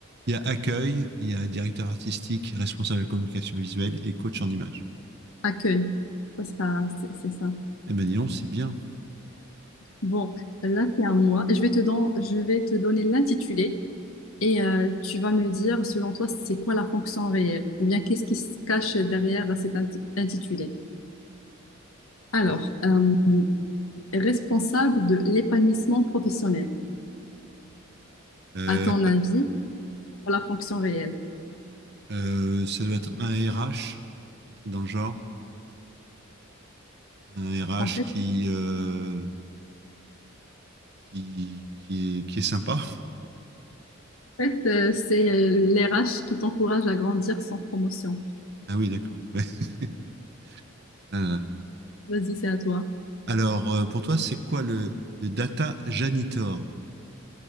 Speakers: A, on the right (about 50°); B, on the left (about 75°).
A: Il y a accueil, il y a directeur artistique, responsable de la communication visuelle et coach en images.
B: Accueil, ça sera, c'est c'est ça.
A: Eh ben dis c'est bien.
B: Bon, là, c'est à moi. Je vais te don- je vais te donner l'intitulé. Et euh, tu vas me dire, selon toi, c'est quoi la fonction réelle? Ou bien qu'est-ce qui se cache derrière cet inti- intitulé? Alors,
A: Oui.
B: euh, responsable de l'épanouissement professionnel,
A: Euh,
B: à ton avis, pour la fonction réelle?
A: euh, ça doit être un RH, un truc dans le genre, un RH
B: En fait,
A: qui, euh, qui, qui est, qui est sympa.
B: en fait, euh, c'est euh, l'RH qui t'encourage à grandir sans promotion.
A: Ah oui, d'accord. Ouais. <laughs> Ah
B: Vas-y, c'est à toi.
A: Alors, euh, pour toi, c'est quoi le, le data janitor?